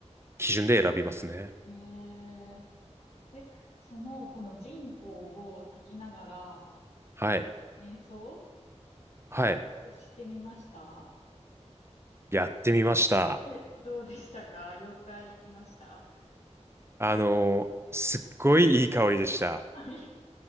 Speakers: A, on the right (about 20°); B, on the left (about 65°).
A: 基準で選びますね。
B: うんえー、え、その、この人工を炊きながら、
A: はい。
B: 瞑想
A: はい。
B: してみました
A: やってみました。
B: え、どうでしたか妖怪いました
A: あの、すっごいいい香りでした。
B: あ、い